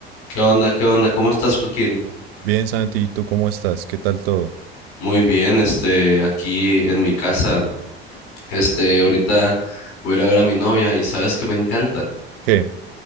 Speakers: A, on the left (about 60°); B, on the right (about 65°).
A: ¿Qué onda? ¿Qué onda? ¿Cómo estás, Joaquín?
B: Bien, Santi, ¿y tú cómo estás? ¿Qué tal todo?
A: Muy bien, este, aquí en mi casa, este, ahorita voy a ir a ver a mi novia y sabes que me encanta,
B: ¿Qué?